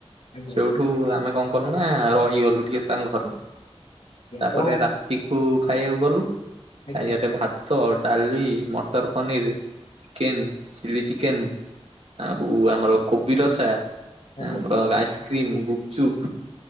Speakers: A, on the left (about 80°); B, on the right (about 65°).
A: ଆଜ୍ଞା
B: ସେଉଠୁ ଆମେ କଣ କଲୁ ନା ରହିଗଲୁ ଟିକେ ସାଙ୍ଗ ଘରେ
A: ଆଜ୍ଞା
B: ତାପରେ
A: କଣ
B: ରାତିକୁ ଖାଇବାକୁ ଗଲୁ
A: ଆଜ୍ଞା
B: ଖାଇଟେ
A: ଆଜ୍ଞା ଆଜ୍ଞା ଆଜ୍ଞା
B: ଭାତ ଡାଲି ମଟର ପନିର ଚିକେନ୍ ଚିଲ୍ଲି ଚିକେନ୍ ଆବ ଆମର କୋବି ରସା
A: ଆଜ୍ଞା
B: ଆମର ଆଇସ୍କ୍ରିମ ଗୁପଚୁପ